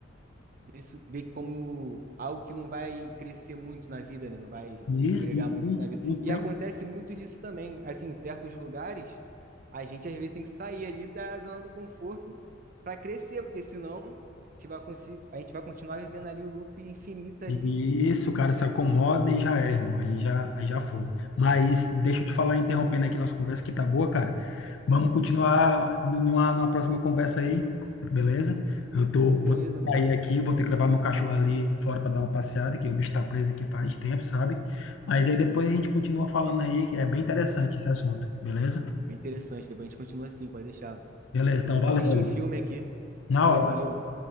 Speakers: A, on the right; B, on the left.
A: ver isso- vê como algo que não vai crescer muito na vida, né? Não vai
B: Isso,
A: agregar muito
B: e
A: na vida.
B: não tem.
A: E acontece muito disso também. Assim, em certos lugares, a gente às vezes tem que sair ali da zona do conforto para crescer, porque senão a gente vai, consi- a gente vai continuar vivendo ali o loop infinito ali.
B: Isso, o cara se acomoda e já era, irmão. Aí já, aí já foi. Mas deixa eu te falar, interrompendo aqui nossa conversa, que tá boa, cara. Vamos continuar numa, numa próxima conversa aí, beleza? Eu tô,
A: Beleza,
B: vou ter que
A: mano.
B: sair aqui, vou ter que levar meu cachorro ali fora para dar uma passeada, que o bicho tá preso aqui faz tempo, sabe? Mas aí depois a gente continua falando aí, que é bem interessante esse assunto, beleza?
A: É interessante. Depois a gente continua assim, pode deixar.
B: Beleza, então
A: Eu vou
B: valeu
A: assistir
B: aí.
A: um filme aqui.
B: Na
A: Valeu,
B: hora.
A: valeu.